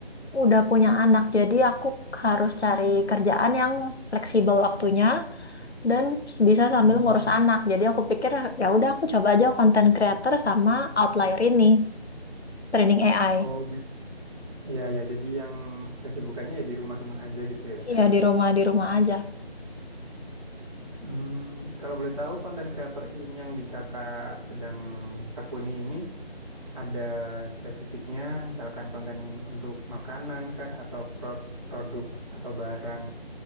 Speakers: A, on the left; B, on the right.
A: udah punya anak, jadi aku harus cari kerjaan yang fleksibel waktunya dan bisa sambil
B: hmm,
A: ngurus anak. Jadi aku pikir ya udah aku coba aja content creator sama outlier ini, training AI.
B: Oh, j- iya ya, jadi yang kesibukannya ya di rumah-rumah aja gitu ya Kak
A: Iya
B: ya.
A: di rumah di rumah aja.
B: Hmm, kalau boleh tahu konten kreator ini yang di Kakak sedang tekuni ini ada spesifiknya misalkan konten untuk makanan kah atau pro- produk atau barang